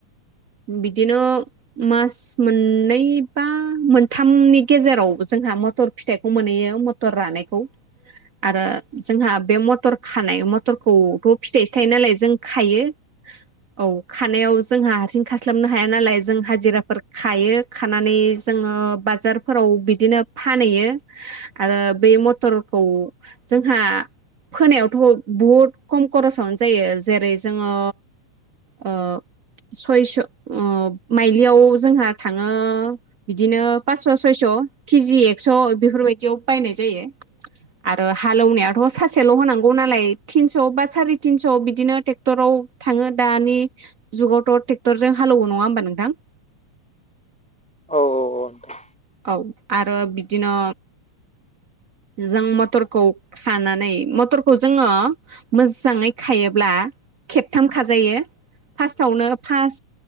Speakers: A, on the right; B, in the centre.
A: बिदिनो मास मोननै बा मोनथामनि गेजेराव जोंहा मटर फिथाइखौ मोनहैयो मटर रानायखौ। आरो जोंहा बे मटर खानाय मथरखौथ' फिथाइ सो थाइयो नालाय जों खायो।
B: <inaudible>
A: औ खानायाव जोंहा हारसिं खास्लाबनो हाया नालाय जों हाजिराफोर खायो खानानै जोङो बाजारफोराव बिदिनो फानहैयो आरो बे बे मथरखौ जोंहा फोनायावथ' बुहुत खम खरसावनो जायो जेरै जोङो ओ सयस' ओ माइलियाव जोंहा थाङो बिदिनो पास्स' सयस' केजि एक्स' स' बेफोरबायदियाव बायनाय जायो आरो हालेवनायाथ' सासेयाल' होनांगौ नालाय थिनस' बा साराय थिनस' बिदिनो ट्रेक्टराव थाङो दानि जुगावथ' ट्रेक्टरजों हालौयो नङा होमबा नोंथां?
B: औ औ औ।
A: औ आरो बिदिनो जों मटरखौ खानानै मटरखौ जोङो मोजाङै खायोब्ला खेबथाम खाजायो। फार्स्टावनो फास